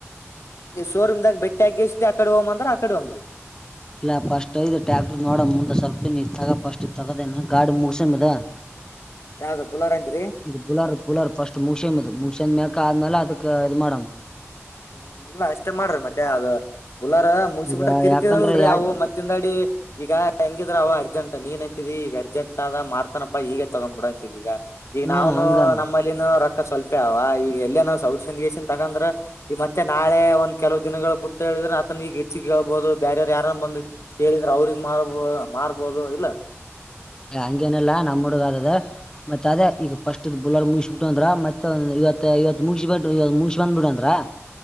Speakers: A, on the left (about 70°); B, on the left (about 15°).
A: ಈ ಶೋರೂಮ ದಾಗ ಬೆಟ್ಟಿ ಆಗೇಸ ಅಕಡೆ ಹೋಗ್ ಅಂದ್ರ ಅಕಡೆ ಹೋಮ್ರಿ
B: ಇಲ್ಲ ಫಸ್ಟ್ ಐದು ಟ್ಯಾಕ್ಟ್ರರ್ ನೋಡ ಮುಂದೆ ಸ್ವಲ್ಪ ಇ ತಗ ಫಸ್ಟ್ ಇ ತಗೋದೇನ ಗಾಡಿ ಮುಗಸಮದ
A: ಯಾವ್ದ ಬುಲಾರ್ ಅಂದ್ರಿ
B: ಇದು ಬುಲರ್ ಬುಲರ್ ಫಸ್ಟ್ ಮುಸೇನ್ ಮುಸೇನ್ ಮ ಾದ್ಮೇಾಲ ಅದುಕ್ಕೆ ಇದು ಮಾಡಡಾಮ
A: ಹ್ಮ್ ಇಲ್ಲ ಅಷ್ಟೇ ಮಾಡ್ರಿ ಮತ್ತೆ ಅದು ಬುಲಾರ ಮುಗಸ
B: ಈಗ
A: ಬಿಿಟ್ರ ಕಿರಿಕಿರಲ್ರರಿ
B: ಯಾಕಂದ್ರ ಯಾಡ್
A: ಅವು ಮತ್ತಿಂದ ಅಾಡಿ ಈಗ ಹೆಂಗಿದ್ರ ಅವ ಅರ್ಜೆಂಟ್ ನೀನ್ ಅಂತಿದಿ ಈಗ ಅರ್ಜೆಂಟ್ ಆದ ಮಾರ್ತಾನಪ್ಪಾ ಈಗಗೆ ತಗೊಂಡ್ ಬಿಿಡ ಅಂತಿದ್ ಈಗ ಈಗ
B: ಹ್ಮ್
A: ನಾವ್ನು
B: ಹಂಗಾನ
A: ನಮ್ಮಲ್ಲಿನ ರೊಕ್ಕ ಸ್ವಲ್ಪೆ ಅವ ಈಗ ಎಲ್ಲನಾವ ಸೌ್ರಷನ್ಗೇಶನ್ ತಗಂದ್ರ ಈ ಮತ್ತೆ ನಾಳೆ ಒಂದ ಕೆಲ ದಿನಗಳ ಬ ಬಿಟ್ಟು ಹೇಳಿದ್ರೆ ಅತನ ಈಗ ಹೆಚ್ಚಿಗೆ ಹೇಳ್ಬಹುದು ಬೇರವ್ ಯಾರನ್ನ ಬಂದು ಕೇಳಿದ ಅವ್ರಿಗೆ ಮಾರ್ಬೋ ಮಾರ್ಬೋದು ಇಲ್ಲ
B: ಹಂಗೇನಿಲ್ಲಾ ನಮ್ಮ್ ಹುಗ ಅದದ ಮತ್ತತ್ ಅದೇ ಈಗ ಫಸ್ಟ್ ಬುಲರ್ ಮುಸಬಿಟ್ಟು ಅಂದ್ರ ಮತ್ತೆ ಇವತ್ತು ಇವತ್ತು ಮುಗ ಬಿ ಮುಗಸಿ ಬಂದ್ಬಿಡ ಅಂದ್ರ